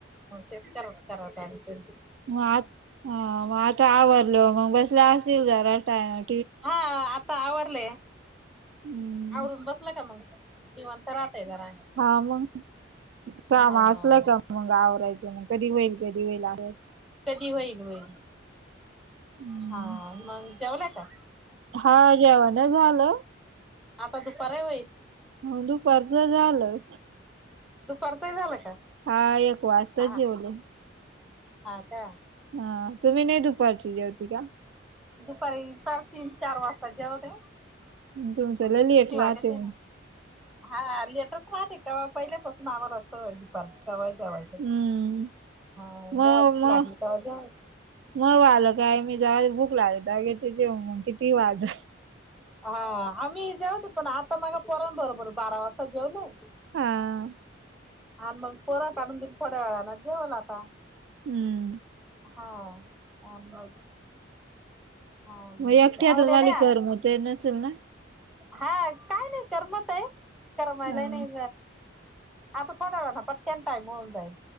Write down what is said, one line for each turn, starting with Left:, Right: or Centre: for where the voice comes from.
Centre: मग तेच करतं करतं आ त्यांचं.
Right: मग आ हा मग आता आवरल मग बसला असेल जरा टाइम.
Centre: हा आता आवरले
Right: हम्म
Centre: आवरून बसला का मग. निवांत राहतयं जरा.
Right: हा मग काम
Centre: हा
Right: असलं का मग आवरायचं मग. कधी होईल कधी होईल आहो.
Centre: कधी होईल वय
Right: हम्म
Centre: हा मग जेवलाय का.
Right: हा जेवण झालं.
Centre: आता दुपारही होईल‌. ‍‍‍‍‍
Right: हो दुपारचं झालं.
Centre: दुपारचंही झालं का?
Right: हा, एक वाजताच
Centre: हा
Right: जेवलो.
Centre: हा का
Right: हा, तुम्ही नाही दुपारची जेवती का?
Centre: दुपारी पार तीन-चार वाजता जेवते.
Right: तुमचं
Centre: पण
Right: लय लेट
Centre: भुक लागतेय
Right: राहते मग
Centre: ना? हा, लेटच राहते कवा पहिल्यापासून आम्हाला सवये दुपारची कवाही जेवायची. हा,
Right: हम्म मग
Centre: जेव्हा भुक
Right: मग
Centre: लागली तेव्हा जेवाय
Right: मग आलं काय मी जव भूक लागेल तेव्हा घेते जेवून मग किती वाज
Centre: हा, आम्ही जेऊतो ना, पण आता माग पण बरोबर बारा वाजता जेवले
Right: हा.
Centre: आणि मग पोर काढून दिन थोड्या वेळा ना जेवल आता.
Right: हम्म.
Centre: हा, आ मग हा, <unintelligible>
Right: मग एकट्यातून मालिकेवर मग ते नसेल ना
Centre: हा, काय नाही करमत आहे, करमायला
Right: हा
Centre: नाही आता थोड्या वेळानी पटक्यान टाईम होऊन जाईल.